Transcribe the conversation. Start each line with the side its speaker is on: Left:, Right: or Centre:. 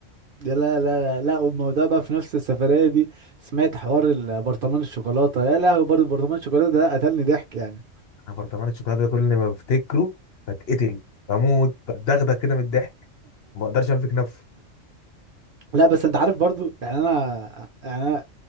Right: يا لا لا لا لا والموضوع بقى في نفس السفرية دي سمعت حوار البرطمان الشوكولاتة يا لهوي برضه برطمان الشوكولاتة ده قتلني ضحك يعني
Left: انا برطمان الشوكولاته ده كل ما بفتكره بتقتل بموت بتدغدغ كده من الضحك ما بقدرش امسك نفسي
Right: لا بس انت عارف برضه يعني انا يعني انا